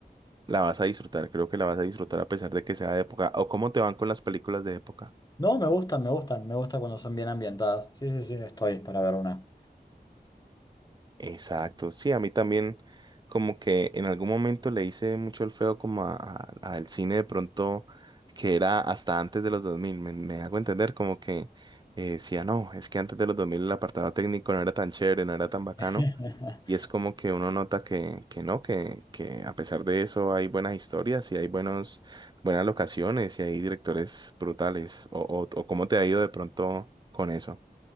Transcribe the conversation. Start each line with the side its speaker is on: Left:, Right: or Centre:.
Right: La vas a disfrutar, creo que la vas a disfrutar a pesar de que sea de época. ¿O cómo te van con las películas de época?
Left: No, me gustan, me gustan, me gusta cuando son bien ambientadas. Sí, sí, sí, estoy para ver una.
Right: Exacto, sí, a mí también como que en algún momento le hice mucho el feo como a- a- al cine de pronto que era hasta antes de los 2000, me, me hago entender como que eh, decía, no, es que antes de los 2000 el apartado técnico no era tan chévere, no era tan bacano,
Left: <laughs>
Right: Y es como que uno nota que, que no, que, que a pesar de eso hay buenas historias y hay buenos, buenas locaciones y hay directores brutales. O, o, o cómo te ha ido de pronto con eso.